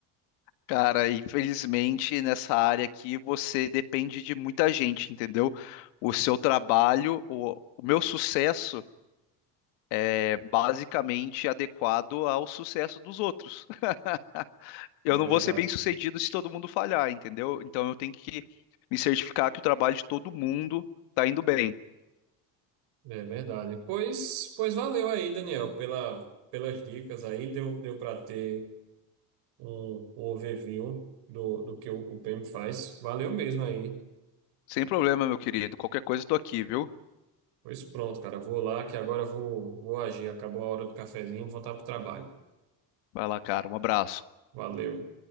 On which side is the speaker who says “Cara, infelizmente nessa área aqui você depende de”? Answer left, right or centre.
Left